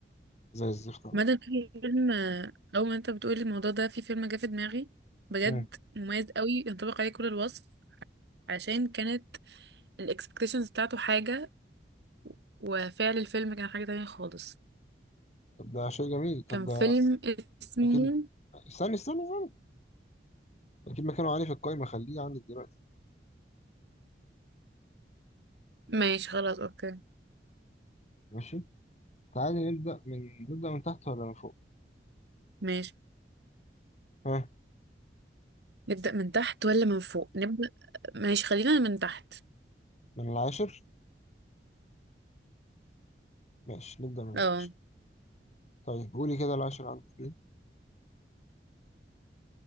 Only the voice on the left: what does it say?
زي الزفت أوي.
مم.
طب ده شيء جميل طب
ده
اكيد استنى استنى استنى اكيد مكانه عالي في القايمه خليه عندك دلوقتي
ماشي تعالي نبدا من نبدا من تحت ولا من فوق
ها
من العاشر ماشي نبدا من
العاشر طيب قولي كده العاشر عندك مين